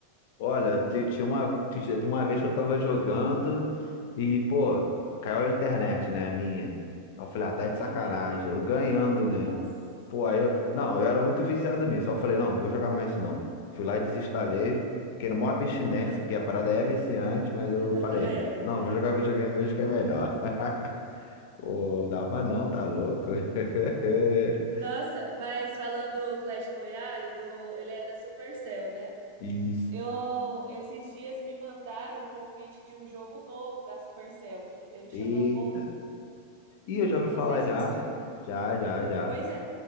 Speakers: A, on the left; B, on the right.
A: Olha, ti- tinha uma, ti- tinha uma vez que eu tava jogando e, pô, caiu a internet, né, a minha. Aí eu falei, ah, tá de sacanagem.
B: Uhum.
A: Eu ganhando, né?
B: Nossa,
A: Pô, aí eu.
B: não.
A: Não, eu era muito viciado nisso. Aí eu falei, não, vou jogar mais isso não. Fui lá e desinstalei. Fiquei na maior abstinência,
B: Uhum.
A: porque a parada é viciante, mas eu
B: <laughs>
A: falei,
B: É, é verdade.
A: não, vou jogar videogame mesmo que é melhor. <laughs> Pô, dava não, tá louco? <laughs>
B: Nossa, mas falando do Clash Royale, do, ele é da Supercell, né?
A: Isso.
B: Eu, esses dias me mandaram o convite de um jogo novo da Supercell, que ele chama
A: Eita.
B: Moco.
A: Ih, eu já ouvi
B: Eu
A: falar
B: não sei se
A: já.
B: você já ouviu.
A: Já, já, já.
B: Pois é,